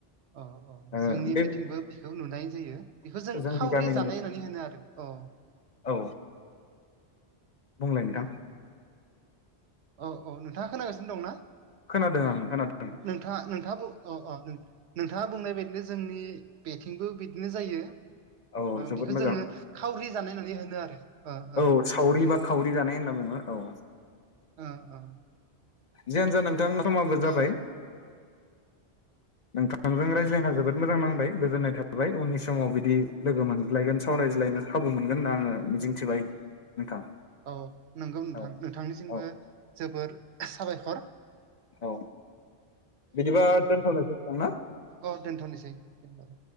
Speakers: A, on the right; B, on the left.
A: औ औ
B: ओ
A: जोंनि
B: बे
A: बेथिंबो बिखौ नुनाय जायो बेखौ जों
B: जोंनि
A: खावरि
B: गामिनि
A: जानाय होननानै होनो आरो। अ
B: औ बुंलाय नोंथां।
A: औ औ नोंथाङा खोनागासिनो दं ना?
B: खोनादों आं खोनादों।
A: नोंथाङा नोंथाङाबो अ अ नोंथाङा बुंनाय बायदिनो जोंनि बेथिंबो बिदिनो जायो
B: औ जोबोद
A: बिखौ
B: मोजां
A: जोङो खावरि जानायनानै होनो आरो। ओ ओ
B: औ सावरि बा खावरि जानाय होनना बुङो औ
A: अ औ
B: जियानो जा नोंथां समाबो जाबाय नोंथां। नोंजों रायज्लायना जोबोद मोजां नांबाय गोजोन्नाय थाबाय उननि समाव बिदि लोगो मोनज्लायगोन सावरायज्लायनो। खाबु मोनगोन होनना आङो मिजिंथिबाय नोंथां।
A: औ नोंगौ नोंथां
B: औ
A: नोंथांनिसिमबो
B: औ
A: जोबोर साबायखर।
B: औ बिदिबा दोनथ'नोसै नोंथां ना?
A: अ दोनथ'नोसै दोनबाय।